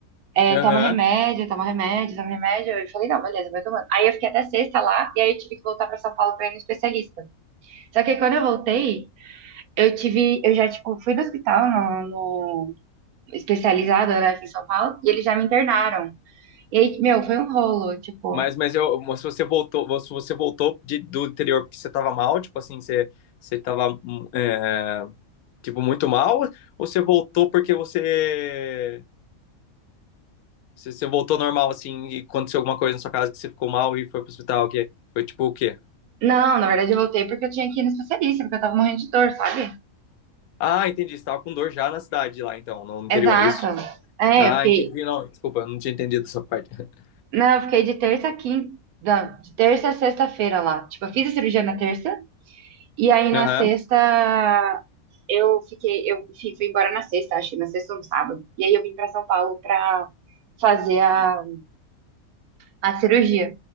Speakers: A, on the right (about 85°); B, on the left (about 85°).
A: É,
B: Aham.
A: toma remédio, toma remédio, toma remédio. Eu falei, não, beleza, vou tomando. Aí eu fiquei até sexta lá, e aí eu tive que voltar pra São Paulo pra ir no especialista. Só que aí quando eu voltei, eu tive, eu já, tipo, fui no hospital, no, no especializado, né, aqui em São Paulo, e eles já me internaram. E aí, meu, foi um rolo, tipo,
B: Mas, mas eu, mas se você voltou, se você voltou de, do interior porque você tava mal, tipo assim, você, você tava, hum, é, tipo, muito mal, ou você voltou porque você, você, você voltou normal, assim, e aconteceu alguma coisa na sua casa que você ficou mal e foi pro hospital, o quê? Foi tipo o quê?
A: Não, na verdade eu voltei porque eu tinha que ir no especialista, porque eu tava morrendo de dor, sabe?
B: Ah, entendi, você tava com dor já na cidade lá, então, no interior,
A: Exato.
B: é isso?
A: É,
B: Ah,
A: eu fiquei.
B: entendi, não, desculpa, eu não tinha entendido essa parte. <laughs>
A: Não, eu fiquei de terça a quinta. não, De terça a sexta-feira lá. Tipo, eu fiz a cirurgia na terça, e aí na
B: Aham,
A: sexta eu fiquei. Eu fui, fui embora na sexta, acho que na sexta ou no sábado. E aí eu vim pra São Paulo pra fazer a, a cirurgia.